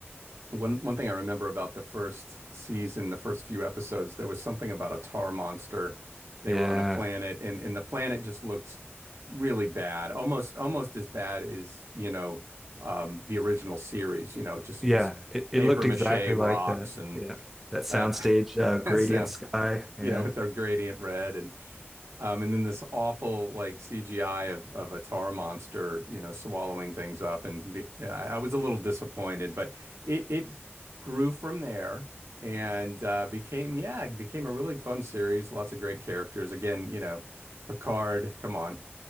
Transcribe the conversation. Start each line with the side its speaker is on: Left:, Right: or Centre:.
Right: One one thing I remember about the first season, the first few episodes, there was something about a tar monster. They
Centre: Yeah.
Right: were on a planet and and the planet just looked really bad. Almost almost as bad as, you know, um the original series, you know, just
Centre: Yeah,
Right: just
Centre: it, it
Right: paper
Centre: looked
Right: mache
Centre: exactly like
Right: rocks
Centre: that.
Right: and
Centre: Yeah, that soundstage
Right: uh
Centre: uh, gradient
Right: <laughs> sounds
Centre: sky. Yeah,
Right: yeah, with their gradient red and um, and then this awful like CGI of of a tar monster, you know, swallowing things up, and be, I was a little disappointed, but it it grew from there and uh, became yeah, it became a really fun series. Lots of great characters. Again, you know, Picard, come on,